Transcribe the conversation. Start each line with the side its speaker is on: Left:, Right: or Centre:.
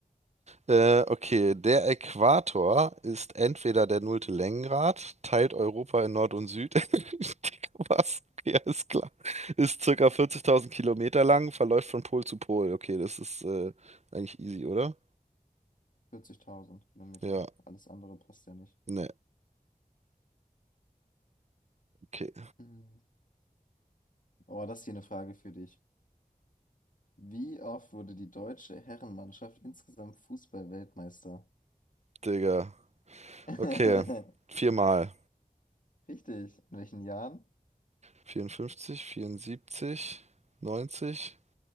Right: Äh, okay, der Äquator ist entweder der nullte Längengrad, teilt Europa in Nord und Süd. <laughs> Dick, Was? Ja, ist klar. Ist circa 40.000 Kilometer lang, verläuft von Pol zu Pol. Okay, das ist äh, eigentlich easy, oder?
Left: 40.000 Kilometer.
Right: Ja,
Left: Alles andere passt ja nicht.
Right: ne, okay.
Left: Mhm. Oh, das ist hier eine Frage für dich. Wie oft wurde die deutsche Herrenmannschaft insgesamt Fußball-Weltmeister?
Right: Digga.
Left: <laughs>
Right: Okay, viermal.
Left: Richtig. In welchen Jahren?
Right: 54, 74, 90